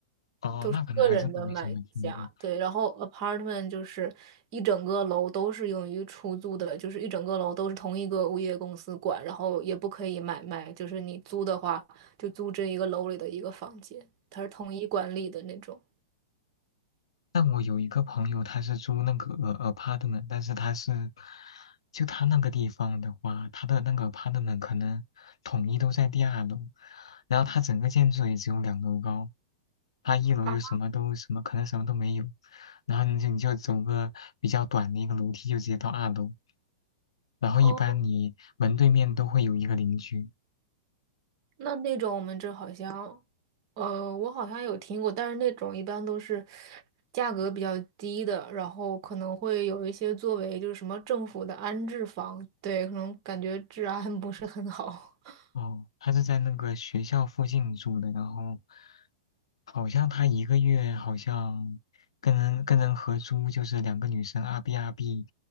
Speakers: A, on the left (about 85°); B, on the right (about 40°).
A: 哦，那可能还真的没怎么听过。
B: 个人的买家。对，然后 apartment 就是一整个楼都是用于出租的，就是一整个楼都是同一个物业公司管，然后也不可以买卖，就是你租的话就租这一个楼里的一个房间，它是统一管理的那种。
A: 但我有一个朋友，他是租那个 a- apartment，但是他是，就他那个地方的话，他的那个 apartment 可能统一都在第二楼，然后他整个建筑也只有两楼高，他一楼就什么都什么，
B: 啊，
A: 可能什么都没有，然后你就你就走个比较短的一个楼梯就直接到二楼，然后一般你门对面都会有一个邻居，
B: 哦，那那种我们这好像，呃，我好像有听过，但是那种一般都是价格比较低的，然后可能会有一些作为就是什么政府的安置房，对，可能感觉治安不是很好 <laughs>
A: 哦，他是在那个学校附近住的，然后好像他一个月好像跟人跟人合租，就是两个女生阿 B 阿 B，